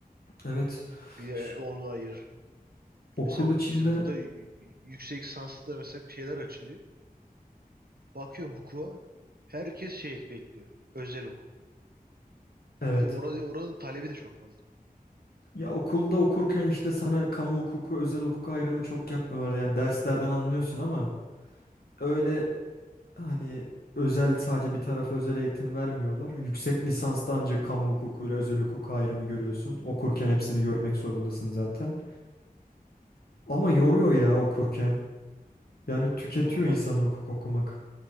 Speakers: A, on the left (about 75°); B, on the right (about 75°).
A: Evet.
B: Bir
A: Ş-
B: de onu ayır.
A: Okul
B: Mesela
A: içinde
B: bizim burada y- y- yüksek lisansta mesela şeyler açılıyor. Bakıyorum hukuka herkes şey bekliyor. Özel hukuk.
A: evet.
B: Bir de orada, oranın talebi de çok fazla.
A: Ya okulda okurken işte sana kamu hukuku, özel hukuk ayrımı çok yapmıyorlardı. Yani derslerden anlıyorsun ama öyle hani özel sadece bir tarafa özel eğitim vermiyorlar. Yüksek lisansta ancak kamu hukukuyla özel hukuk ayrımı görüyorsun. Okurken hepsini görmek zorundasın zaten. Ama yoruyor ya okurken. Yani tüketiyor
B: Normal.
A: insanı hukuk okumak.